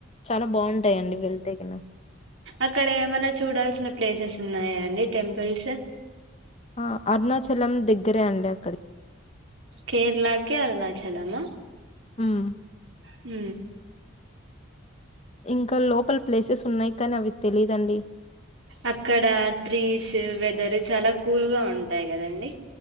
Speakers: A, on the left; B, on the right.
A: చాలా బావుంటాయండి వెళ్తే గిన.
B: అక్కడ ఏమన్నా చూడాల్సిన ప్లేసెస్ ఉన్నాయా అండి టెంపుల్స్
A: ఆ అరుణాచలం దగ్గరే అండి అ
B: కేరళకే అరుణాచలమా
A: హ్మ్.
B: హ
A: ఇంకా లోపల్ ప్లేసెస్ ఉన్నాయి కానీ అవి తెలీదండి
B: అక్కడ ట్రీస్ వెదర్ చాలా కూల్ గా ఉంటాయి కదండి